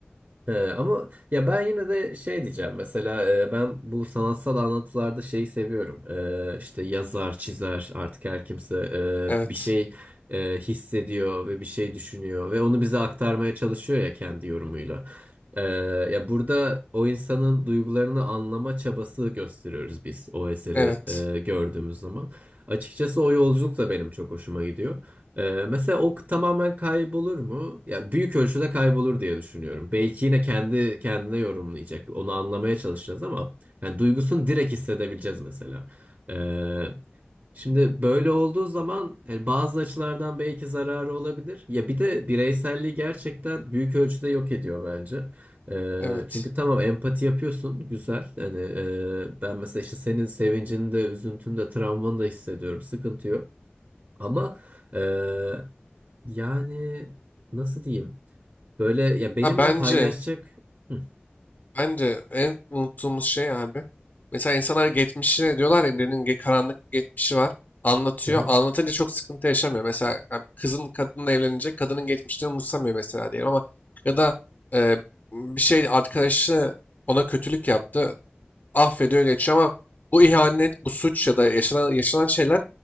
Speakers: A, on the right; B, on the left.
A: He, ama ya ben yine de şey diyeceğim mesela e, ben bu sanatsal anlatılarda şeyi seviyorum E, işte yazar çizer artık her kimse
B: Evet.
A: e, bir şey e, hissediyor ve bir şey düşünüyor ve onu bize aktarmaya çalışıyor ya kendi yorumuyla E, ya burada o insanın duygularını anlama çabası gösteriyoruz biz o eseri
B: Evet.
A: e, gördüğümüz zaman açıkçası o yolculuk da benim çok hoşuma gidiyor. Ee, mesela o tamamen kaybolur mu? Ya büyük ölçüde kaybolur diye düşünüyorum. Belki yine kendi kendine yorumlayacak. Onu anlamaya çalışacağız ama yani duygusunu direkt hissedebileceğiz mesela. Ee, şimdi böyle olduğu zaman yani bazı açılardan belki zararı olabilir. Ya bir de bireyselliği gerçekten büyük ölçüde yok ediyor bence. Ee,
B: Evet.
A: çünkü tamam empati yapıyorsun güzel hani e, ben mesela işte senin sevincini de üzüntünü de travmanı da hissediyorum sıkıntı yok. Ama eee, yani nasıl diyeyim? Böyle ya benimle
B: Ha bence.
A: paylaşacak. Hı,
B: Bence en unuttuğumuz şey abi. Mesela insanlar geçmişine diyorlar ya birinin ge- karanlık bir geçmişi var. Anlatıyor.
A: hı, hı,
B: Anlatınca çok sıkıntı yaşamıyor. Mesela yani kızın kadınla evlenecek. Kadının geçmişini umursamıyor mesela diyelim ama ya da e, bir şey arkadaşı ona kötülük yaptı. Affediyor geçiyor ama bu ihanet, bu suç ya da yaşanan, yaşanan şeyler